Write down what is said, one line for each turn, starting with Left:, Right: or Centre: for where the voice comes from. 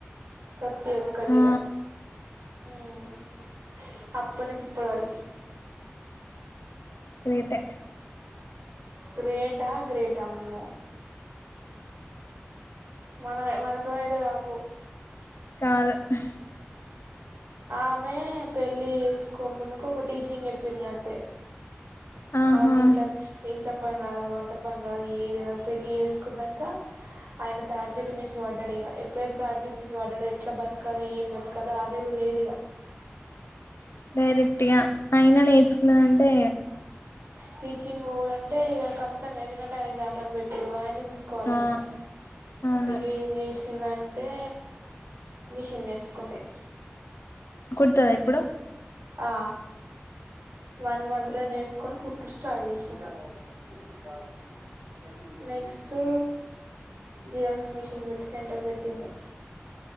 Right: ప్రతి ఒక్కడిగా
Left: ఆ
Right: ఉహ్ అప్పుడ్నుంచి ఇప్పుడ వరకి
Left: గ్రేట్ ఏ
Right: గ్రేటా గ్రేటా అమ్మో మన మనతోనైతే కాపో
Left: కాదు ఉ
Right: ఆమె పెళ్ళి ఏస్కో ముందుకు ఒక టీచింగ్ చెప్పిందంతే
Left: ఆహా
Right: ఆమే ఇంట్ల ఇంట్ల పని రాదు వంట పని రాదు ఏది రాదు పెళ్ళి ఏస్కున్నాక ఆయన తాడ్చెట్టు మించి వాడ్డాడిగ ఎప్పుడైతే తాడ్చెటు మించి వాడ్డాడో ఎట్లా బత్కలో ఏం బత్కాలో ఆదర లేదు ఇగ
Left: డైరెక్ట్గా అయినా నేర్చుకున్నదంటే
Right: టీచింగోడు అంటే ఇగ కష్టంగా ఎందుకంటే ఆయనకి అన్నం పెట్టుడు ఆయన్ని చూస్ కోవలిమే
Left: ఆ అవును
Right: ఇగ ఏం జేస్ అంటే మిషన్ నేర్సుకుంది
Left: కుడ్తావ ఇప్పుడు
Right: ఆ వన్ మంత్ల నేస్కొని కుట్టుడు స్టార్ట్ చేసింది గాజుము నెక్స్టు జీరాక్స్ మిషన్ వేట్టి సెంటర్ పెట్టింది